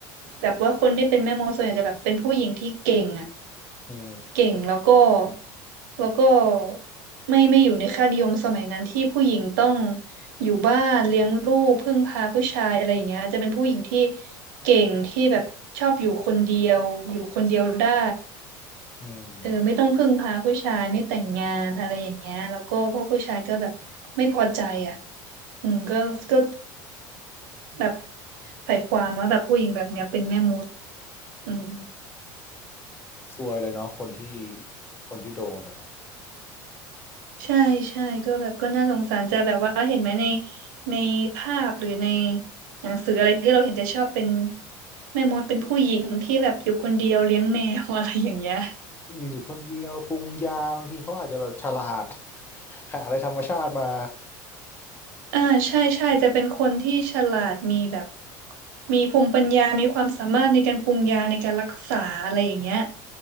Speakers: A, on the right; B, on the left.
A: แบบว่าคนที่เป็นแม่มดส่วนใหญ่จะแบบเป็นผู้หญิงที่เก่งอ่ะ
B: อืม
A: เก่งแล้วก็แล้วก็ไม่ไม่อยู่ในค่านิยมสมัยนั้นที่ผู้หญิงต้องอยู่บ้านเลี้ยงลูกพึ่งพาผู้ชายอะไรอย่างเงี้ยอาจจะเป็นผู้หญิงที่เก่งที่แบบชอบอยู่คนเดียวอยู่คนเดียวได้
B: อืม
A: เออไม่ต้องพึ่งพาผู้ชายไม่แต่งงานอะไรอย่างเงี้ยแล้วก็พวกผู้ชายก็แบบไม่พอใจอ่ะอืมก็ก็แบบใส่ความว่าแบบผู้หญิงแบบเนี้ยเป็นแม่มดอืม
B: ซวยเลยเนาะคนที่คนที่โดนอ่ะ
A: ใช่ใช่ก็แบบก็น่าสงสารจะแบบว่าเห็นไหมในในภาพหรือในหนังสืออะไรที่เราเห็นจะชอบเป็นแม่มดเป็นผู้หญิงที่แบบอยู่คนเดียวเลี้ยงแมว <laughs> อะไรอย่างเงี้ย
B: อืมอยู่คนเดียวปรุงยาบางทีเขาอาจจะแบบฉลาด <laughs> หาอะไรธรรมชาติมา
A: อ่าใช่ใช่จะเป็นคนที่ฉลาดมีแบบมีภูมิปัญญามีความสามารถในการปรุงยาในการรักษาอะไรอย่างเงี้ย